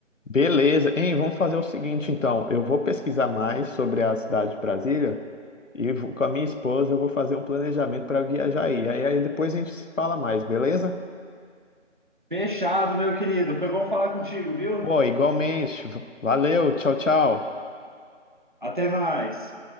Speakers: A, on the left (about 80°); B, on the right (about 40°).
A: Beleza. Hein, vamos fazer o seguinte, então. Eu vou pesquisar mais sobre a cidade de Brasília e vou- com a minha esposa eu vou fazer um planejamento para viajar aí. Aí, aí depois a gente se fala mais, beleza?
B: Fechado, meu querido. Foi bom falar contigo, viu?
A: Pô, igualmente. V- Valeu, tchau, tchau.
B: Até mais.